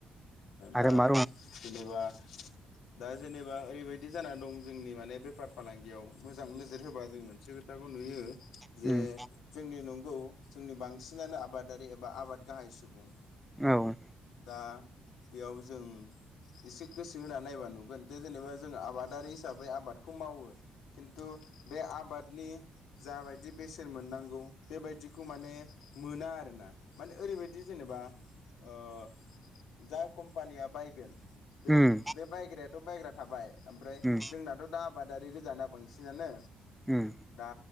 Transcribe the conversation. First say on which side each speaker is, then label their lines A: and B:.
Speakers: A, in the centre; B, on the left (about 85°).
A: आरो
B: दा
A: मा
B: जेनेबा दा जेनेबा ओरैबायदि जाना दं जोंनि माने बेफार फालांगियाव मोजां नोजोर होबा जों मोनसे खोथाखौ नुयो
A: दङ
B: जे जोंनि नंगौ जोंनि बांसिनानो आबादारि एबा आबाद गाहाय सुबुं
A: औ
B: दा। बेयाव जों एसे गोसो होनानै नायबा नुगोन दे जेनेबा जोङो आबादारि हिसाबै आबादखौ मावो खिन्थु बे आबादनि जाबायदि बेसेन मोननांगौ बेबायदिखौ माने मोना आरोना माने ओरैबायदि जेनेबा ओ जाय कम्पानिया बायगोन बे
A: उम
B: बे बायग्रायाथ' बायग्रा थाबाय ओमफ्राय
A: उम
B: जोंनाथ' दा आबादारि गोजाना बांसिनानो
A: उम
B: दा